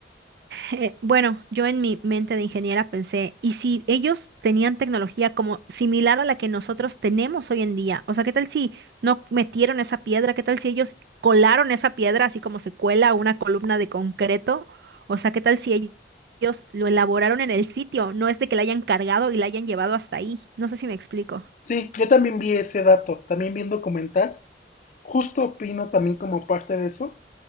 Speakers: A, on the right; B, on the left.
A: Eh, bueno, yo en mi mente de ingeniera pensé, ¿y si ellos tenían tecnología como similar a la que nosotros tenemos hoy en día? O sea, ¿qué tal si no metieron esa piedra? ¿Qué tal si ellos colaron esa piedra así como se cuela una columna de concreto? O sea, ¿qué tal si ell- ellos lo elaboraron en el sitio? No es de que la hayan cargado y la hayan llevado hasta ahí. No sé si me explico.
B: Sí, yo también vi ese dato, también vi un documental. Justo opino también como parte de eso.